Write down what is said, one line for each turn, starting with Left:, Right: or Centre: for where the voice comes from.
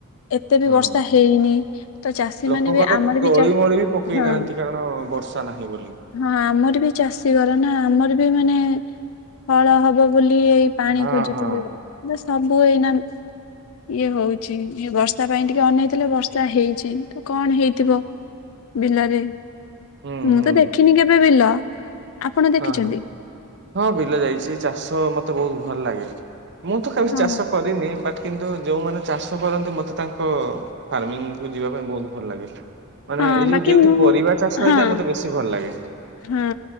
Left: ଏତେ
Right: ହଁ।
Left: ବି ବର୍ଷା ହେଇନି ତ ଚାଷୀ
Right: ଲୋକଙ୍କ
Left: ମାନେ ବି
Right: ତ
Left: ଆମର
Right: ତଳି
Left: ବି ଚା
Right: ମଳି ବି ପକେଇ
Left: ହଁ
Right: ନାହାନ୍ତି କାରଣ ବର୍ଷା ନାହିଁ ବୋଲି।
Left: ହଁ ଆମର ବି ଚାଷୀ ଘର ନା ଆମର ବି ମାନେ ହଳ ହବ ବୋଲି ଏଇ ପାଣି
Right: ହଁ
Left: ଖୋଜୁଥିଲେ
Right: ହଁ
Left: ସବୁ ଏଇନା ଇଏ ହଉଛି ଇଏ ବର୍ଷା ପାଇଁ ଟିକେ ଅନେଇ ଥିଲେ ବର୍ଷା ହେଇଛି ତ କଣ ହେଇଥିବ ବିଲରେ
Right: ହୁଁ
Left: ମୁଁ
Right: ହୁଁ
Left: ତ ଦେଖିନି କେବେ ବିଲ। ଆପଣ ଦେଖିଛନ୍ତି?
Right: ହଁ ହ ହଁ ବିଲ ଯାଇଛି ଚାଷ ମତେ ବହୁତ ଭଲ ଲାଗେ। ମୁଁ ତ କେବେ
Left: ହଁ
Right: ଚାଷ କରିନି ବଟ୍ କିନ୍ତୁ ଯୋଉମାନେ ଚାଷ କରନ୍ତି ମତେ ତାଙ୍କ ଫାର୍ମିଂ କୁ ଯିବା ପାଇଁ ବହୁତ ଭଲ ଲାଗେ। ମାନେ
Left: ହଁ
Right: ଏଇ
Left: ବାକି
Right: ଯୋଉ ଯୋଉଠି
Left: ମୁଁ
Right: ପରିବାର ଚାଷ
Left: ହଁ
Right: ହେଇଥାଏ ମତେ ବେଶୀ ଭଲ ଲାଗେ।
Left: ହଁ